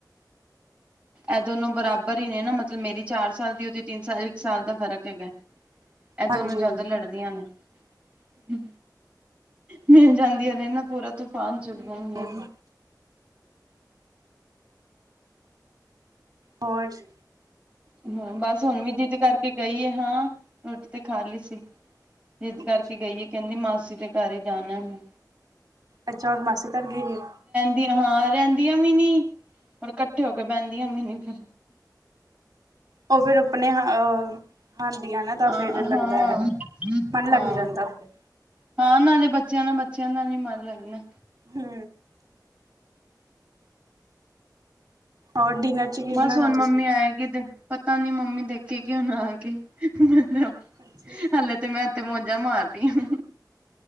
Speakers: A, on the right; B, on the right.
A: ਇਹ ਦੋਨੋ ਬਰਾਬਰ ਈ ਨੇ ਨਾ, ਮਤਲਬ ਮੇਰੀ ਚਾਰ ਸਾਲ ਦੀ, ਉਹਦੀ ਤਿੰਨ ਸਾਲ, ਇੱਕ ਸਾਲ
B: ਹੂੰ
A: ਦਾ ਫ਼ਰਕ ਹੈਗਾ। ਐ
B: ਹਾਂਜੀ
A: ਦੋਨੋ ਜਦ ਲੜਦੀਆਂ ਨੇ ਮਿਲ ਜਾਂਦੀਆਂ ਨੇ ਨਾ ਪੂਰਾ ਤੂਫਾਨ ਚੁਕ
B: ਹਾਂਜੀ
A: ਲੈਂਦੀਆਂ ਨੇ।
B: ਹੋਰ ਸ
A: ਹੂੰ, ਬਸ ਹੁਣ ਵੀ ਜਿਦ ਕਰਕੇ ਗਈ ਐ, ਹਾਂ ਰੋਟੀ ਤੇ ਖਾ ਲਈ ਸੀ। ਜਿਦ ਕਰਕੇ
B: ਅੱਛਾ
A: ਗਈ ਏ, ਕਹਿੰਦੀ ਮਾਸੀ ਦੇ ਘਰ ਈ ਜਾਣਾ ਹੁਣ।
B: ਅੱਛਾ ਹ, ਮਾਸੀ ਘਰ ਗਏ?
A: ਦੀ ਹਾਂ ਰਹਿੰਦੀਆਂ ਵੀ ਨੀ, ਹੋਰ ਇਕੱਠੇ ਹੋ ਕੇ ਬਹਿੰਦੀਆਂ ਵੀ ਨੀ ਫਿਰ।
B: ਉਹ ਫਿਰ ਆਪਣੇ ਹਾ ਅਹ ਹਾਂਦੀਆਂ ਨਾ ਤਾਂ
A: ਅ
B: ਫਿਰ ਲੱਗਦਾ
A: ਹਾਂ
B: ਐ, ਮਨ ਲੱਗ
A: ਹਾਂ
B: ਜਾਂਦਾ ਫੇਰ।
A: ਹਾਂ ਨਾਲੇ ਬੱਚਿਆਂ ਨਾ ਬੱਚਿਆਂ ਨਾਲ ਈ ਮਨ ਲਗਨੈ।
B: ਹੂੰ। ਔਰ ਡਿਨਰ ਚ ਕੀ
A: ਬਸ
B: ਬਣਾਉਣਾ
A: ਹੁਣ ਮੰਮੀ
B: ਤੁਸੀਂ
A: ਆਏਗੀ ਤੇ, ਪਤਾ ਨੀ ਮੰਮੀ ਦੇਖੇਗੀ ਹੁਣ ਆ ਕੇ। ਮ <unintelligible>
B: ਅੱਛਾ ਅੱਛਾ
A: ਹਲੇੇ ਤੇ ਮੈਂ ਉਥੇ ਮੌੋਜਾਂ ਮਾਰਦੀ ਹਂ